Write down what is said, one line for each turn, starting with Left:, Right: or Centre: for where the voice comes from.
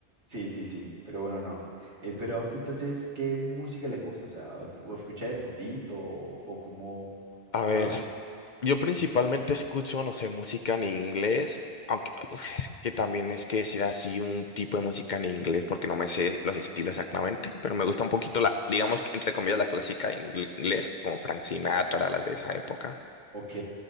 Right: sí, sí, sí, pero bueno, no. Eh, pero a entonces, ¿qué música le gusta? O sea, ¿o escucha de todito o, o cómo,
Left: A
Right: cómo
Left: ver,
Right: la...
Left: yo principalmente escucho, no sé, música en inglés. Aunque uf, es que también es que decir así un tipo de música en inglés, porque no me sé los estilos exactamente, pero me gusta un poquito la, digamos, que, entre comillas, la clásica de ingle- inglés, como Frank Sinatra, las de esa época.
Right: Ok,